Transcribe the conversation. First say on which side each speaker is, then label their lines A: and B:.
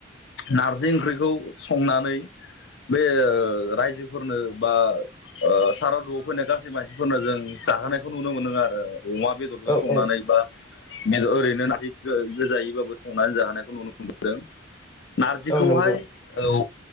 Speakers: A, on the left; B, on the left.
A: नारजि ओंख्रिखौ संनानै बे ओ रायजोफोरनो बा ओ सारादुआव फैनाय गासै मानसिफोरनो जों जाहोनायखौ नुनो मोनो आरो अमा बेदरजों
B: औ
A: संनानै
B: औ
A: बा बेदर ओरैनो ओ नारजि गो-गोजायैबाबो संनानै जाहोनायखौ नुनो मोनदों। नारजिखौहाय
B: औ नंगौ
A: औ